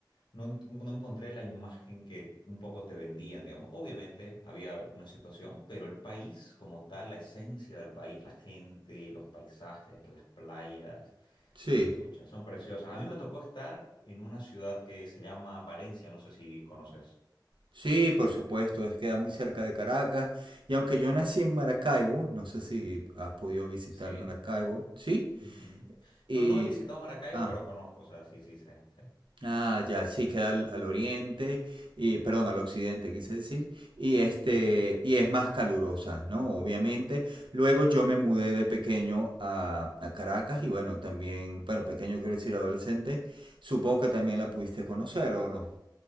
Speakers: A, on the left; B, on the right.
A: no, en- no encontré la imagen que un poco te vendían, digamos. Obviamente había una situación, pero el país como tal, la esencia del país, la gente, los paisajes, las playas,
B: Sí,
A: eh, pucha, son preciosas. A mí me tocó estar en una ciudad que se llama Valencia, no sé si conoces.
B: sí, por supuesto, es queda muy cerca de Caracas. Y aunque yo nací en Maracaibo, no sé si has podido visitar
A: Sí.
B: Maracaibo, sí.
A: Ujú.
B: Y,
A: No, no he visitado Maracaibo,
B: ah,
A: pero conozco, o sea, sí, sí, sé, sé.
B: Ah, ya, sí, queda al, al oriente, y, perdón, al occidente quise decir, y este,
A: Ujú.
B: y es más calurosa, ¿no? Obviamente. Luego yo me mudé de pequeño a, a Caracas y bueno, también, bueno, pequeño quiero decir adolescente, supongo que también la pudiste conocer o no.